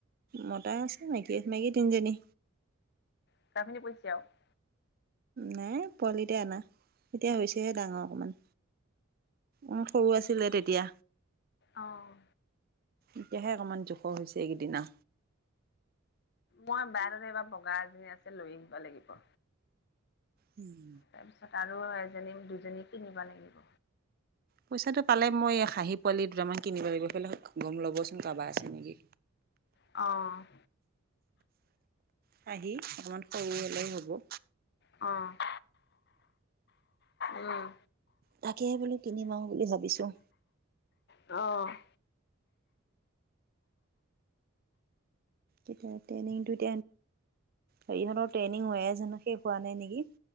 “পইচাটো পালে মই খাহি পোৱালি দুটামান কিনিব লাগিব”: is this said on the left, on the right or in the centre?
Right